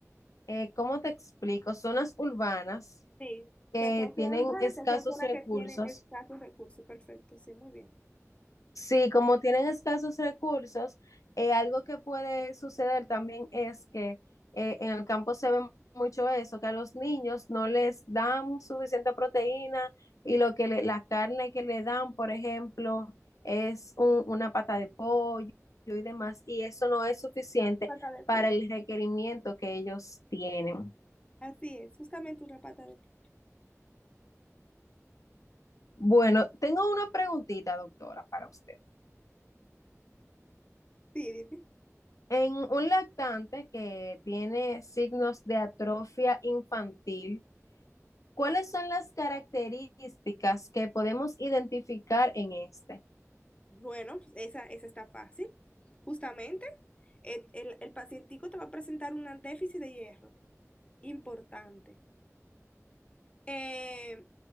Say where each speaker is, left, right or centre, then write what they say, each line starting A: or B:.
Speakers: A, on the left (about 80°); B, on the left (about 20°).
A: eh, ¿cómo te explico? Zonas urbanas
B: Sí,
A: que
B: Que son zonas
A: tienen
B: urbanas,
A: escasos
B: que son zonas
A: recursos.
B: que tienen escasos recursos. Perfecto, sí, muy bien.
A: Sí, como tienen escasos recursos, eh, algo que puede suceder también es que eh, en el campo se ve mucho eso, que a los niños no les dan suficiente proteína y lo que le- la carne que le dan, por ejemplo, es un- una pata de pollo y demás, y eso no es suficiente
B: pata de pollo.
A: para el requerimiento que ellos tienen.
B: Así es, justamente una pata de... pollo
A: Bueno, tengo una preguntita, doctora, para usted.
B: Sí, dime.
A: En un lactante que tiene signos de atrofia infantil, ¿cuáles son las características que podemos identificar en este?
B: Bueno, pues esa, esa está fácil. Justamente, el el, el pacientico te va a presentar un déficit de hierro importante. Eh,